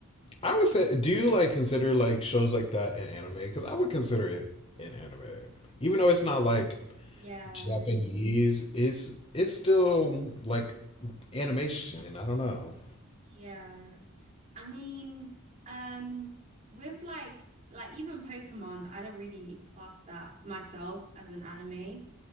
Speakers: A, on the left; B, on the right.
A: I would say, do you like consider like shows like that in anime? Because I would consider it in anime, even though it's not like
B: Yeah,
A: Japanese is it's still like animation. I don't know.
B: yeah. I mean, um, with like like even Pokemon, I don't really class that myself as an anime.